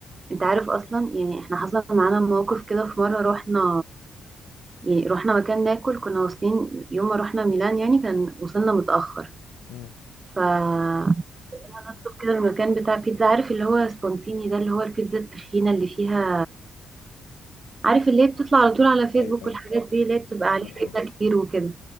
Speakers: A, on the right; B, on the left.
A: انت عارف اصلا يعني احنا حصل معانا موقف كده في مرة رحنا يعني رحنا مكان ناكل كنا واصلين يوم ما رحنا ميلان يعني كان وصلنا متأخر
B: امم
A: فنطلب كده المكان بتاع بيتزا عارف اللي هو سبونتيني ده اللي هو البيتزا التخينة اللي فيها عارف اللي هي بتطلع على طول على فيسبوك
B: ايوه ايوه
A: والحاجات دي اللي هي بتبقى عليها
B: اه
A: جبنة كتير وكده